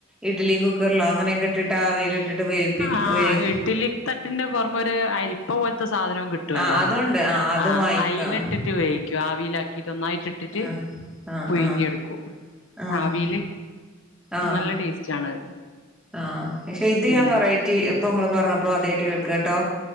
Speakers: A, in the centre; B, on the left.
A: ഇഡ്ലി കുക്കറിലോ അങ്ങനെയൊക്കെ ഇട്ടിട്ട് ആവീല് ഇട്ടിട്ട് വേവിപ്പി
B: ആഹ്
A: വേവി
B: ഇഡ്ഡലി തട്ടിന്റെ പുറമെ ഒരു അരിപ്പ പോലത്തെ സാധനവും കിട്ടു ട്ടോല്ലോ
A: ആഹ് അതുണ്ട് ആഹ് അതും
B: ആ
A: വാങ്ങിക്കാം
B: അയ്ൽ ഇട്ടിട്ട് വേവിക്കും ആവീലാക്കീട്ട് ഒന്നായിട്ട് ഇട്ടിട്ട്
A: ആഹ് ആഹ്
B: പുഴങ്ങി
A: ആഹ്
B: എടുക്കും
A: ആഹ്
B: ആവീല്
A: ആഹ്
B: നല്ല ടേസ്റ്റ് ആണത്
A: ആഹ് പക്ഷെ ഇത്
B: ആഹ്
A: ഞാൻ കൊറേ ആയ്റ്റ് ഇപ്പൊങ്ങൾ പറഞ്ഞപ്പോ അതായിട്ട് കേൾക്കാട്ടോ